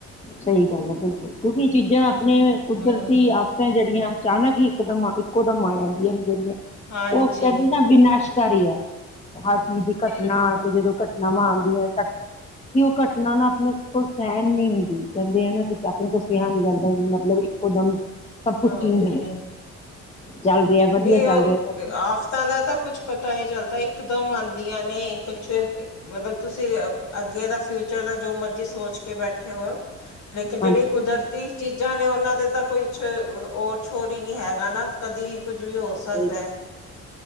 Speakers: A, on the left; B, on the left.
A: ਸਹੀ ਗੱਲ ਐ। ਬਿਲਕੁਲ ਕਿਉਂਕਿ ਇਹ ਚੀਜ਼ਾਂ ਆਪਣੇ ਕੁਦਰਤੀ
B: ਹਮ
A: ਆਪ ਜਿਹੜੀਆਂ ਅਚਾਨਕ ਇੱਕਦਮ ਇੱਕੋ ਦਮ ਆ ਜਾਂਦੀਆਂ ਨੇ ਜਿਹੜੀਆਂ
B: ਹਾਂਜੀ
A: ਉਹ ਕਹਿੰਦੇ ਨਾ ਵੀਨਾਸ਼। ਕਾਰੀ ਆ ਹਰ ਚੀਜ਼ ਦੀ ਘਟਨਾ
B: ਹਾਂ
A: ਆ ਕੇ ਜਦੋਂ ਘਟਨਾਵਾਂ ਆਂਦੀਆਂ ਘ ਕਿ ਉਹ ਘਟਨਾ ਨਾ ਆਪਣੇ ਕੋਲ ਸਹਿਣ ਨਹੀਂ ਹੁੰਦੀ। ਕਹਿੰਦੇ ਆ ਨਾ ਕੀ ਆਪਣੇ ਕੋਲ ਸੇਹਾ ਨੀ ਜਾਂਦਾ ਮਤਲਬ ਇੱਕੋ ਦਮ ਸਭ ਕੁਛ
B: ਹਾਂਜੀ
A: ਚੇਂਜ। ਚੱਲ ਰਿਹਾ ਵਧੀਆ
B: ਨਹੀਂ ਓ
A: ਚੱਲ ਰਿਹਾ ਸਭ
B: ਤਾਂ ਦਾ ਤਾਂ ਕੁੱਛ ਪਤਾ ਨੀ ਚੱਲਦਾ ਇਕਦਮ ਆਂਦੀਆਂ ਨੇ ਕੁਛ ਮਤਲਬ ਤੁਸੀਂ ਅੱਗੇ ਦਾ ਫਿਊਚਰ ਦਾ ਜੋ ਮਰਜੀ ਸੋਚ ਕੇ ਬੈਠੇ ਹੋ। ਲੇਕਿਨ ਜਿਹੜੀ
A: ਹਾਂਜੀ
B: ਕੁਦਰ ਤੀ ਚੀਜ਼ਾਂ ਨੇ ਉਹਨਾਂ ਦੇ ਤਾਂ ਕੋਈ ਹੋਰ ਛੋਰ ਹੀ ਨਹੀਂ ਹੈਗਾ ਨਾ ਕਦੀ। ਕੁਝ ਵੀ ਹੋ ਸਕਦਾ।
A: ਸਹੀ